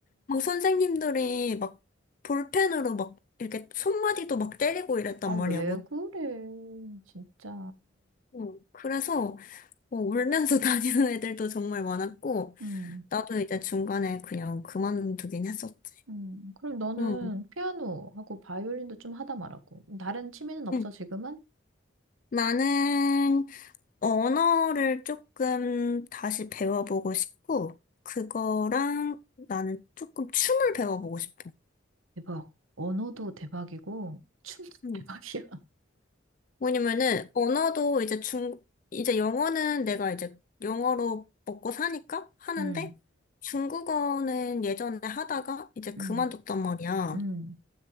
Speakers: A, on the left (about 40°); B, on the right (about 90°).
A: 막 선생님들이 막 볼펜으로 막 이렇게 손마디도 막 때리고 이랬단
B: 아, 왜
A: 말이야. 뭐.
B: 그래, 진짜.
A: 어, 그래서 어, 울면서 <laughs> 다니는 애들도 정말 많았고
B: 음,
A: 나도 이제 중간에 그냥 그만두긴 했었지.
B: 음. 그럼 너는
A: 응,
B: 피아노하고 바이올린도 좀 하다 말았고, 다른 취미는 없어,
A: 응.
B: 지금은?
A: 나는 언어를 조금 다시 배워보고 싶고 그거랑 나는 조금 춤을 배워보고 싶어.
B: 대박. 언어도 대박이고, 춤도 <laughs>
A: 응.
B: 대박이야.
A: 왜냐면은 언어도 이제 중 이제 영어는 내가 이제 영어로 먹고 사니까 하는데
B: 음,
A: 중국어는 예전에 하다가 이제 그만뒀단
B: 음,
A: 말이야.
B: 음,